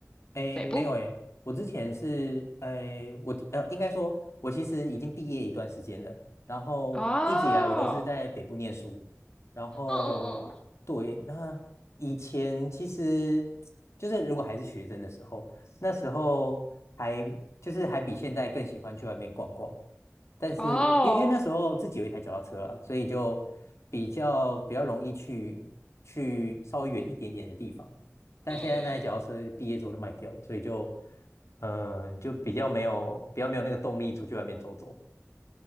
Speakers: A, on the left; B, on the left.
A: 诶，
B: 北部？
A: 没有诶，我之前是诶，我呃，应该说，我其实已经毕业一段时间了，然后一直以来我都是在北部念书，
B: 哦，
A: 然后对，
B: 嗯嗯嗯
A: 那以前其实就是如果还是学生的时候，那时候还就是还比现在更喜欢去外面逛逛，但是因为因为那时候自己有一台脚踏车啊，
B: 嗯，哦，
A: 所以就比较比较容易去去稍微远一点点的地方。但现在那台脚踏车毕业之后就卖掉了，
B: 嗯嗯嗯。
A: 所以就嗯、呃就比较没有比较没有那个动力出去外面走走。